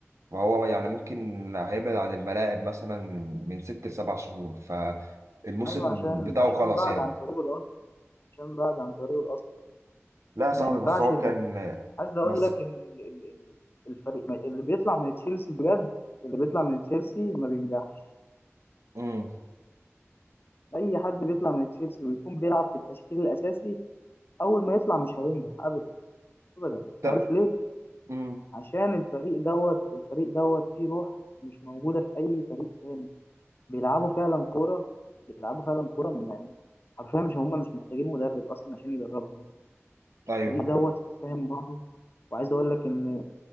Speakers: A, on the right; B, on the left.
A: وهو يعني ممكن هيبعد عن الملاعب مثلا من ست لسبع شهور فالموسم
B: ايوه عشان
A: بتاعه
B: عشان
A: خلاص
B: بعد
A: يعني
B: عن طريقه الاصلي عشان بعد عن طريقه الاصلي
A: لا يا صاحبي
B: ما ينفعش
A: بس هو
B: ال-
A: كان
B: عايز اقول
A: بس
B: لك ان ال- ال- ال- الفريق اللي بيطلع من تشيلسي بجد اللي بيطلع من تشيلسي ما بينجحش
A: امم
B: اي حد بيطلع من تشيلسي ويكون بيلعب في التشكيل الاساسي اول ما يطلع مش هينجح ابدا ابدا
A: طب
B: عارف ليه
A: امم
B: عشان الفريق دوت الفريق دوت فيه روح مش موجوده في اي فريق تاني بيلعبوا فعلا كوره بيلعبوا فعلا كوره يعني حرفيا مش هم مش محتاجين مدرب اصلا عشان يدربهم
A: ايوه
B: الفريق دوت فاهم بعضه وعايز اقول لك ان